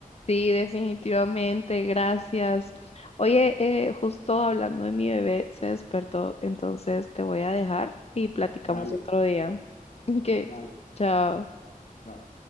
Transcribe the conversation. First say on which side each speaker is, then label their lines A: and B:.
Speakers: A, on the left (about 45°); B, on the left (about 60°).
A: Sí, definitivamente, gracias. Oye, eh, justo hablando de mi bebé, se despertó, entonces te voy a dejar y platicamos
B: Dale,
A: otro día. <laughs> Ok,
B: dale,
A: chao.
B: chao.